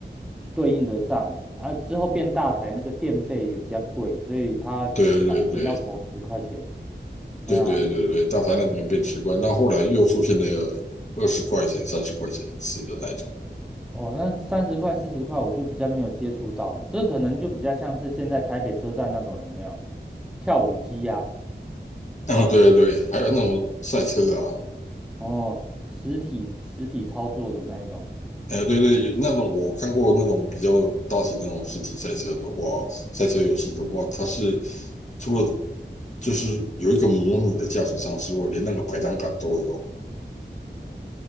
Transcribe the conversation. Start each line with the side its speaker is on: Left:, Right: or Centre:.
Centre: 对应得上啊。之后变大台，那个电费也比较贵，所以它可
Left: 对对对
Centre: 能要投十块钱。嗯啊，
Left: 对对对对，对，大台那里面变十块，那后来又出现了二十块钱、三十块钱一次的那一种的。
Centre: 哦，那三十块、四十块我就比较没有接触到了，这可能就比较像是现在台北车站那种有没有跳舞机呀、
Left: 啊，
Centre: 啊嗯，
Left: 对对对，还有那种赛车啊，
Centre: 哦，实体实体操作的那一种。
Left: 呃，对对，那种我看过那种比较大型的那种实体赛车的话，赛车游戏的话，它是除了就是有一个模拟的驾驶舱之外，连那个排挡杆都有。